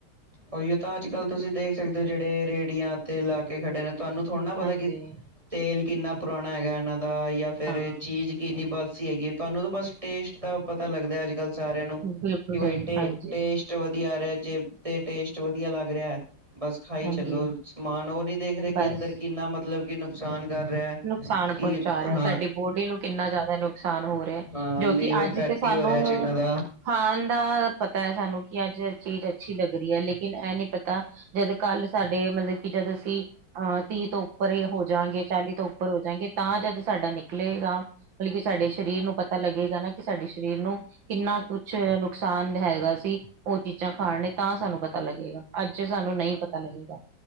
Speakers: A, on the right; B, on the right.
A: ਉਹੀਓ ਤਾਂ ਅੱਜ-ਕੱਲ੍ਹ ਤੁਸੀ ਦੇਖ ਸਕਦੇ ਹੋ ਜਿਹੜੇ ਰੇਹੜੀਆਂ ਤੇ ਇਲਾਕੇ ਖੜੇ ਨੇ। ਤੁਹਾਨੂੰ ਥੋੜ੍ਹਾ ਨਾ ਪਤਾ
B: ਹਾਂਜੀ
A: ਕਿ ਤੇਲ ਕਿੰਨਾ ਪੁਰਾਣਾ ਹੈਗਾ ਇਹਨਾਂ ਦਾ ਜਾਂ ਫਿਰ
B: ਹਾਂ
A: ਚੀਜ਼ ਕਿੰਨੀ ਬਾਸੀ ਹੀ ਹੈਗੀ ਹੈ ਤੁਹਾਨੂੰ ਤਾਂ ਬਸ ਟੇਸਟ ਤਾਂ ਪਤਾ ਲੱਗਦਾ ਅੱਜ ਕੱਲ੍ਹ ਸਾਰਿਆਂ ਨੂੰ
B: ਬਿਲਕੁਲ
A: ਕਿ ਬਾਈ
B: ਸਹੀ
A: ਟੇ
B: ਹਾਂਜੀ
A: ਟੇਸਟ ਵਧੀਆ ਆ ਰਿਹਾ ਜੇ ਤੇ ਟੇਸਟ ਵਧੀਆ ਲੱਗ ਰਿਹਾ ਐ ਬਸ। ਖਾਈ
B: ਹਾਂਜੀ
A: ਚਲੋ ਸਮਾਨ ਉਹ ਨੀ ਦੇਖ ਰਹੇ ਕਿ
B: ਬਸ
A: ਅੰਦਰ ਕਿੰਨਾ ਮਤਲਬ ਕਿ ਨੁਕਸਾਨ ਕਰ ਰਿਹਾ
B: ਨੁਕਸਾਨ
A: ਕਿ
B: ਪਹੁੰਚਾ
A: ਹਾਂ।
B: ਰਿਹਾ ਸਾਡੀ ਬੋਡੀ ਨੂੰ ਕਿੰਨਾ ਜ਼ਿਆਦਾ ਨੁਕਸਾਨ ਹੋ ਰਿਹਾ।
A: ਹਾਂ।
B: ਜੋ
A: ਲੀਵਰ
B: ਕਿ ਅੱਜ
A: ਫੈਟੀ
B: ਤੇ ਸਾਨੂੰ
A: ਹੋ ਰਿਹਾ ਜਿਹਨਾਂ ਦਾ।
B: ਖਾਣ ਦਾ ਪਤਾ ਐ। ਸਾਨੂੰ ਕਿ ਅੱਜ ਇਹ ਚੀਜ਼ ਅੱਛੀ ਲੱਗ ਰਹੀ ਏ। ਲੇਕਿਨ ਇਹ ਨੀ ਪਤਾ ਜਦ ਕੱਲ ਸਾਡੇ ਮਤਲਬ ਕਿ ਜਦ ਅਸੀ ਅਹ ਤੀਹ ਤੋਂ ਉੱਪਰ ਹੋ ਜਾਵਾਂਗੇ ਚਾਲੀ ਤੋਂ ਉੱਪਰ ਹੋ ਜਾਏਗੇ ਤਾਂ ਜਦ ਸਾਡਾ ਨਿਕਲੇਗਾ ਮਤਲਬ ਕਿ ਸਾਡੇ ਸਰੀਰ ਨੂੰ ਪਤਾ ਲੱਗੇਗਾ ਨਾ ਕਿ ਸਾਡੇ ਸਰੀਰ ਨੂੰ ਕਿੰਨਾ ਕੁਛ ਨੁਕਸਾਨ ਹੈਗਾ ਸੀ ਉਹ ਚੀਜ਼ਾਂ ਖਾਣ ਲਈ ਤਾਂ ਸਾਨੂੰ ਪਤਾ ਲੱਗੇਗਾ। ਅੱਜ ਸਾਨੂੰ ਨਹੀ ਪਤਾ ਲੱਗੇਗਾ,